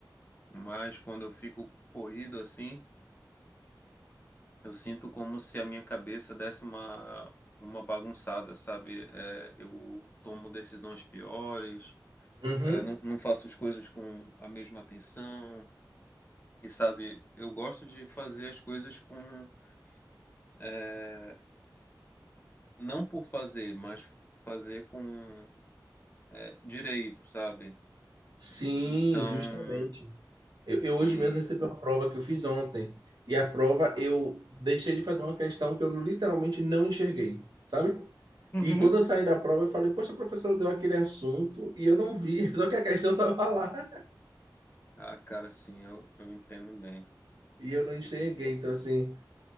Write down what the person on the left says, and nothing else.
mas quando eu fico corrido assim, eu sinto como se a minha cabeça desse uma, uma bagunçada, sabe? É, eu tomo decisões piores.
É, não, não faço as coisas com a mesma atenção. E sabe, eu gosto de fazer as coisas com, é, não por fazer, mas fazer com, é, direito, sabe?
Então,
e,
Uhum.
ah, cara, sim, eu, eu entendo bem.
E-